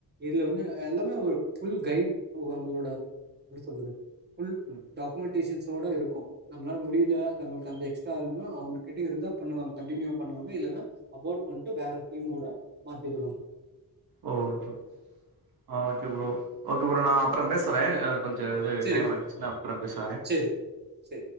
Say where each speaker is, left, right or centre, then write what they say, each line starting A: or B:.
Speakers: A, on the right; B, on the right.
A: இதுல வந்து எல்லாமே ஒரு ஃபுல் கைட் அவங்களோட எப்டி சொல்றது ஃபுல்
B: ம்
A: டாக் கோ டிஷின்ஸோட இருக்கு நம்மளால முடில நம்மளுக்கு அந்த எக்ஸ்ட்ரா <unintelligible> அவங்க கிட்ட இருந்தா பண்ணுவாங்க கண்டினியூ பண்ணுவாங்க இல்லன்னா அபோட் பண்ட்டு வேற டீம் கூட மாத்திருவாங்க
B: ஓ ஓகே ஆ ஓகே ஃப்ரோ ஓகே ஃப்ரோ நா அப்புறம் பேசறே கொஞ்சோ இது
A: சரி
B: டைம்
A: ப்ரோ
B: ஆயிடுச்சி நா அப்பறம் பேசுற
A: சரி சரி